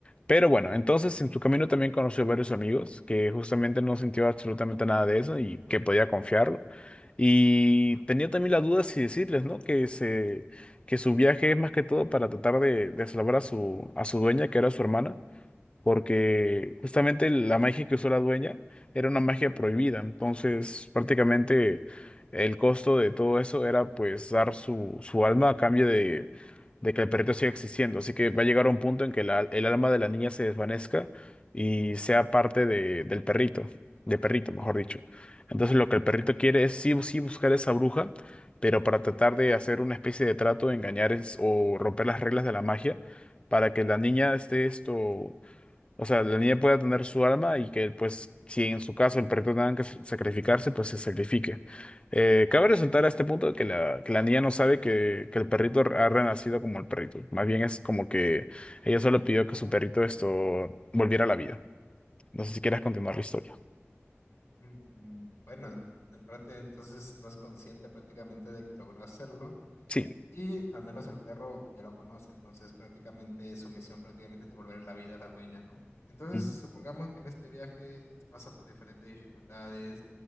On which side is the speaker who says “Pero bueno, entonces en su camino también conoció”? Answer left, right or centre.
Left